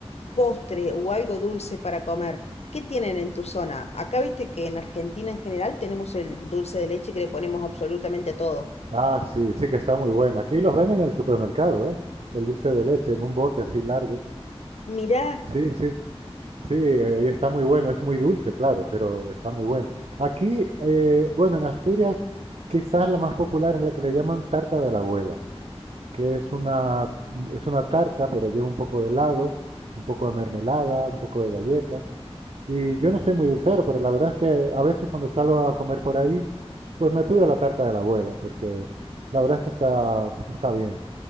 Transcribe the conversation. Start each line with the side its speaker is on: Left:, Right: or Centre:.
Left: postre o algo dulce para comer. ¿Qué tienen en tu zona? Acá viste que en Argentina en general tenemos el dulce de leche que le ponemos absolutamente a todo.
Right: Ah, sí, sí que está muy bueno. Aquí los venden en el supermercado, ¿eh? El dulce de leche en un bote así largo.
Left: Mirá,
Right: Sí, sí, sí, eh, y está muy bueno. Es muy dulce, claro, pero está muy bueno. Aquí, eh, bueno, en Asturias quizás la más popular es la que le llaman tarta de la abuela, que es una, es una tarta, pero lleva un poco de helado, un poco de mermelada, un poco de galleta. Y yo no soy muy dulcero, pero la verdad es que a veces cuando salgo a comer por ahí, pues me pido la tarta de la abuela, porque la verdad es que está, está bien.